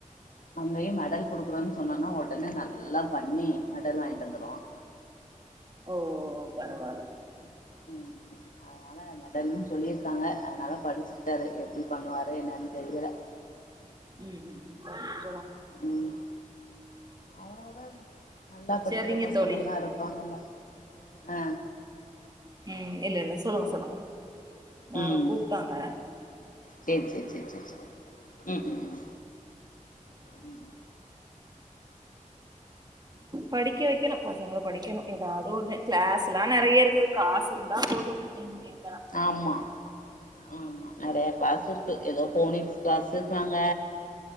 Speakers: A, on the left; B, on the right.
A: அங்கயு மெடல் குடுக்குறோன்னு சொன்னோனா ஒடனே நல்லா பண்ணி மெடல் வாங்கிட்டு வந்துருவான்
B: ஓ பரவால்ல
A: ம் ம் அதனால மெடல்னு சொல்லிருக்காங்க அதனால படிச்சிருக்காரு எப்டி பண்ணுவாரு என்னன்னு தெரியல
B: ம் ம் ம்
A: ம் அவனோட நல்லா படிக்கிற
B: செரிங்க
A: பசங்கள்லாம்
B: தோழி
A: இருப்பாங்கல்ல ஆ
B: ம் இல்ல இல்ல சொல்லுங்க சொல்லுங்க யாரோ
A: ம்
B: கூப்ட்டாங்க
A: சேரி சேரி சேரி சேரி சேரி ம் ம் ம் ம் ம்
B: படிக்க வைக்கணு பசங்களு படிக்கணு ஏதாவது ஒண்ணு கிளாஸுலா நறைய இருக்குது காசு இருந்தா போதும் என் எ
A: ஆமா ஆமா நறையா கிளாஸ் இருக்கு ஏதோ போனிக்ஸ் கிளாஸுன்றாங்க